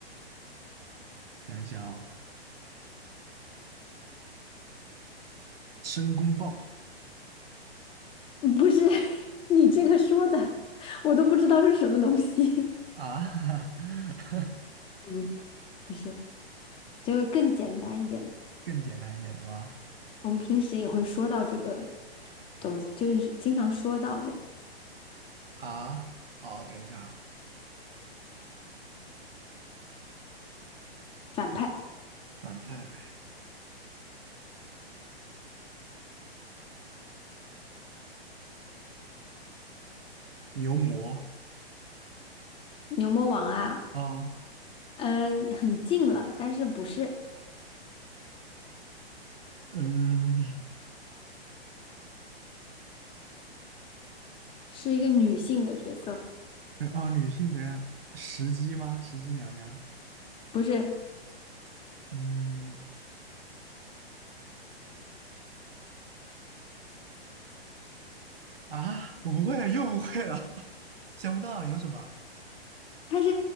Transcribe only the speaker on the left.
不是 <laughs> 你这个说的，我都不知道是什么东西。
<laughs> 不，不是，就是更简单一点的
我们平时也会说到这个东西，就是经常说到的
反派
牛魔王啊，
嗯，很近了，但是不是，
是一个女性的角色，
不是，
它是